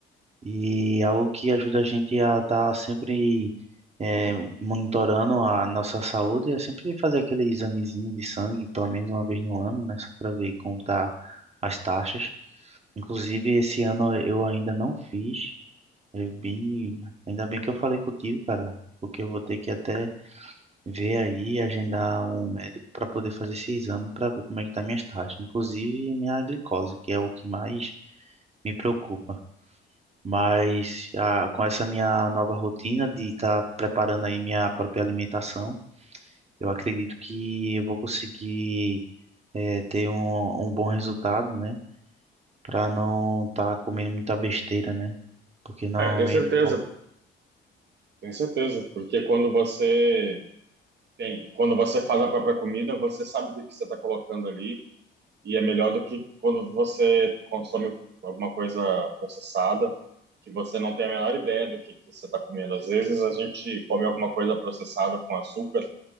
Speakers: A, on the right; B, on the right.
A: e algo que ajuda a gente a estar sempre eh, monitorando a nossa saúde é sempre fazer aquele examezinho de sangue, pelo menos uma vez no ano, né? Só para ver como tá as taxas. Inclusive, esse ano eu ainda não fiz. É bem... Ainda bem que eu falei contigo, cara, porque eu vou ter que até ver aí, agendar um médico para poder fazer esse exame para ver como é que tá minhas taxas, inclusive minha glicose, que é o que mais me preocupa. Mas ah, com essa minha nova rotina de estar preparando aí minha própria alimentação, eu acredito que eu vou conseguir eh, ter um, um bom resultado, né? Para não estar comendo muita besteira, né? Porque normalmente
B: Ah, eu tenho certeza,
A: pô,
B: tenho certeza, porque quando você tem, quando você faz a própria comida, você sabe o que que você está colocando ali e é melhor do que quando você consome alguma coisa processada, que você não tem a menor ideia do que, que você está comendo. Às vezes a gente come alguma coisa processada com açúcar,